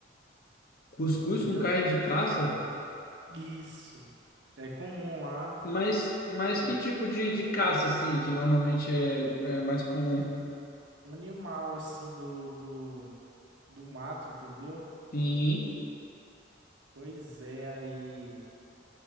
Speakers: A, on the left; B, on the right.
A: Cuscuz
B: entendeu?
A: com carne de caça,
B: Isso. É comum lá,
A: mas mas
B: o
A: que tipo de, de caça assim, que normalmente é, é mais comum?
B: animal assim do, do, do mato, entendeu?
A: Sim.
B: Pois é, aí.